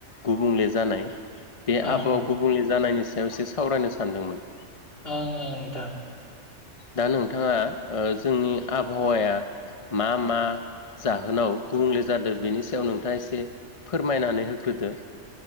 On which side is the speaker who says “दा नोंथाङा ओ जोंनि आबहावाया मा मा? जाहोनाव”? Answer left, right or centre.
Left